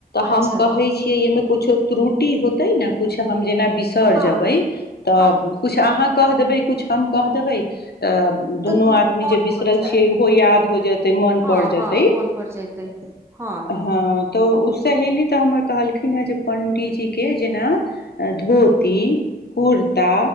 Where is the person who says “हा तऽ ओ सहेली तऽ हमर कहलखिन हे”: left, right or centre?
Left